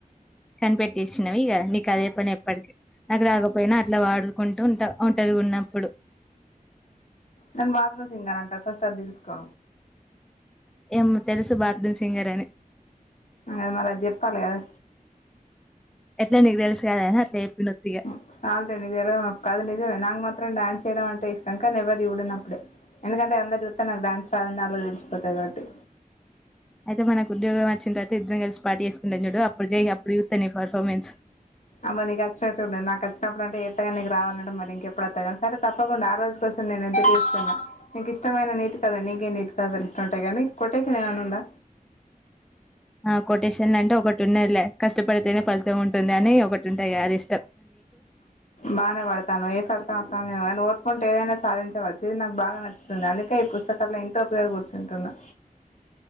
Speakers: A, in the centre; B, on the left.
A: కనిపెట్టిసేనవి ఇగ నీకు అదే పనే ఎప్పటికీ నాకు రాకపోయినా అట్లా పాడుకుంటూ ఉంట ఒంటరిగా ఉన్నప్పుడు
B: నన్ను బాత్రూమ్ సింగర్ అని అంటారు ఫస్ట్ అది తెలుసుకో
A: ఏం తెలుసు బాత్రూమ్ సింగర్ అని
B: ఆ మరి అది జెప్పాలి కదా
A: ఎట్లా నీకు తెలుసు కదా అని అట్లా చెప్పిన ఉత్తిగా
B: <unintelligible> అది నిజమే నాకు మాత్రం డాన్స్ చేయడం అంటే ఇష్టం కానీ ఎవరు చూడునప్పుడే ఎందుకంటే అందరూ చూత్తే నాకు డాన్స్ రాదని దాంట్లో తెలిసిపోతది కాబట్టి
A: అయితే మనకు ఉద్యోగం వచ్చిన తర్వాత ఇద్దరం కలిసి పార్టీ చేసుకుంటామ్ చూడు అప్పుడు చేయి అప్పుడు చూత్త నీ పర్ఫామెన్స్
B: అమేనీకచ్చినట్టు ఉన్నది నాకచ్చినప్పుడు అంటే ఎంతగా నీకు రావాలంటే మరిఇంకెప్పుడుత్తా సరే తప్పకుండా ఆ రోజు కోసం నేను ఎదురు చూస్తున్నా నీకు ఇష్టమైన నీతి కథలు నీకే నీతి కథలు ఇష్టం ఉంటాయి కాని కొటేషన్ ఏమైనా ఉందా
A: ఆ కొటేషన్ అంటే ఒకటి ఉన్నదిలే కష్టపడితేనే ఫలితం ఉంటుందని ఒకటి ఉంటాది అది ఇష్
B: బాగానే పడతానవ్ ఏ ఫలితం వస్తానవ్ ఓర్పు ఉంటే ఏదైనా సాధించవచ్చు ఇది నాకు బాగా నచ్చుతుంది అందుకే ఈ పుస్తకాల్లో ఎంతో ఉపయోగ కూర్చుంటున్నా